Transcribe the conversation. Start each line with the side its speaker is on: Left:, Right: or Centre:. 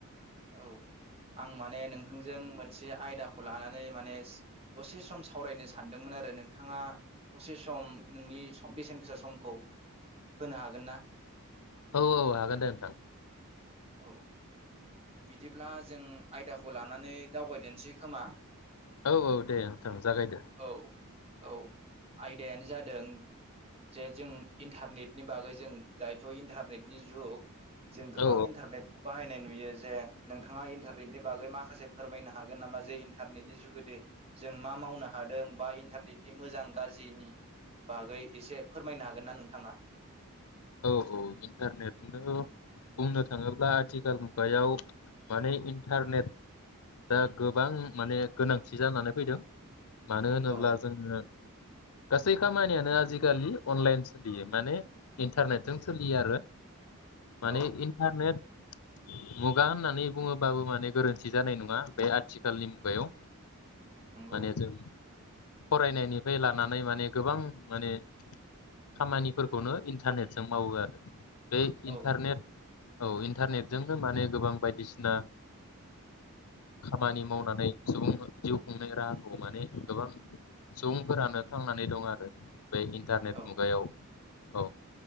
Right: औ आं माने नों नथांजों मोनसे आयदाखौ लानानै माने दसे सम सावरायनो सानदोंमोन आरो नोंथाङा दसे सम नोंनि बेसेन गोसा समखौ होनो हागोन ना?
Left: औ औ हागोन दे नोंथां।
Right: औ बिदिब्ला जों आयदाखौ लानानै दावबायदेरनोसै खोमा।
Left: औ औ दे नोंथां जागायदो।
Right: औ औ आयदायानो जादों जे जों इन्टारनेटनि बागै जों दायोथ' इन्टारनेटनि जुग। जों गोबां
Left: औ
Right: इनटार इन्टारनेटखौ बाहायनाय नुयो जे नोंथाङा इन्टारनेटनि बागै माखासे फोरमायनो हागोन‌ नामख जे इन्टारनेटनि जुगुदे जों मा मावनो हादों बा इन्टारनेटनि मोजां गाज्रिनि बागै एसे फोरमायनो हागोनना नोंथांङा?
Left: औ औ इन्टारनेटनो बुंनो थाङोब्ला आथिखाल मुगायाव माने इन्टारनेट दा गोबां माने गोनांथि जानानै फैदों। मानो होनोब्ला
Right: औ
Left: जोंङो गासै खामानियानो आजिखालि अनलाइन सोलियो माने इन्टारनेटजों सोलियो आरो। माने
Right: औ
Left: इन्टारनेट मुगा होननानै बुंङोबाबो माने गोरोन्थि जानाय नङा बे आथिखालनि मुगायाव
Right: नंगौ
Left: माने जों फरायनायनिफ्राय लानानै माने गोबां माने खामानिफोरखौनो इनटारनेटजों मावो आरो। बे इन्टारनेट
Right: औ नंगौ
Left: औ इन्टारनेटजोंनो माने गोबां बायदिसिना खामानि मावनानै सुबुंफोर जिउ खुंनाय राहाखौ माने गोबां सुबुंफोरानो थांनानै दं आरो। बे इन्टारनेट
Right: औ
Left: मुगायाव। औ